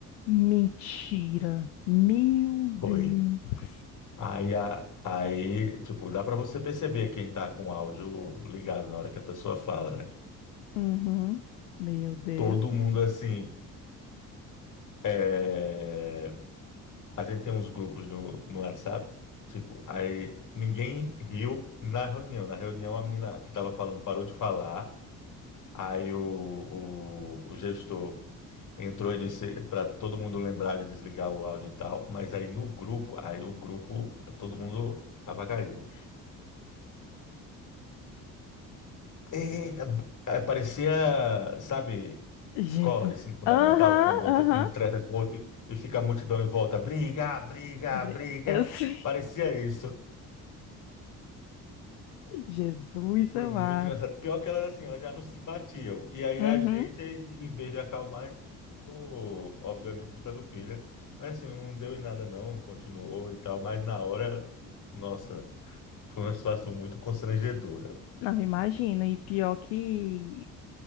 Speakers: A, on the left; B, on the left.
A: Mentira. Meu Deus.
B: foi. Aí, a, aí, tipo, dá para você perceber quem tá com o áudio ligado na hora que a pessoa fala, né?
A: Uhum. Meu Deus.
B: Todo
A: do
B: mundo
A: céu.
B: assim, é, a gente tem uns grupos no, no WhatsApp, tipo, aí ninguém riu na reunião. Na reunião, a menina que estava falando parou de falar, aí o, o, o gestor entrou e disse para todo mundo lembrar de desligar o áudio e tal, mas aí no grupo, aí o grupo, todo mundo avacalhou. Eita, eh, parecia, sabe,
A: Jesus.
B: escola, ensino fundamental,
A: Aham,
B: quando
A: aham.
B: um um treta com o outro e fica a multidão em volta, briga, briga,
A: Bre-
B: briga.
A: Eu sei.
B: Parecia isso.
A: Jesus
B: Foi
A: amado.
B: muito engraçado. Pior que elas, assim, elas já não se batiam. E aí
A: Uhum.
B: a gente, em vez de acalmar, a gente ficou, obviamente, botando pilha. Mas, assim, não deu em nada, não. Continuou e tal. Mas na hora, nossa, foi uma situação muito constrangedora.
A: Não, imagino. E pior que